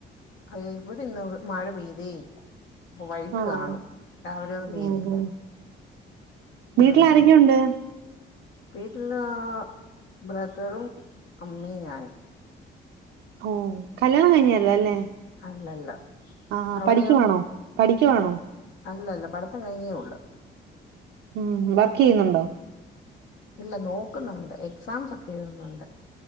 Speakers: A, on the left (about 70°); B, on the right (about 80°).
A: അ ഇവിടെ ഇന്ന് മഴ പെയ്തേയില്ല അപ്പൊ വൈകിട്ട്
B: ആഹ്
A: കാണു രാവിലെ ഒന്നും പെയ്തില്ല
B: ഉം ഉം വീട്ടിൽ
A: ഉം
B: ആാരക്കെയും ഉണ്ട്
A: വീട്ടില് ബ്രതറും അമ്മി ഞാനും
B: ഓ കല്ല്യാണം കഴിഞ്ഞല്ലോ അല്ലേ
A: അല്ലല്ല
B: ആഹ്
A: അവിടെയോ
B: പഠിക്കുവാണോ പഠിക്കുവാണോ
A: അല്ല അല്ല പഠത്തം കഴിഞ്ഞേ ഉള്ളു
B: ഉം വർക്ക് ചെയ്യുന്നുണ്ടോ
A: ഇല്ല നോക്കുന്നുണ്ട് എക്സാംസ് ഒക്കെ എഴുതുന്നുണ്ട്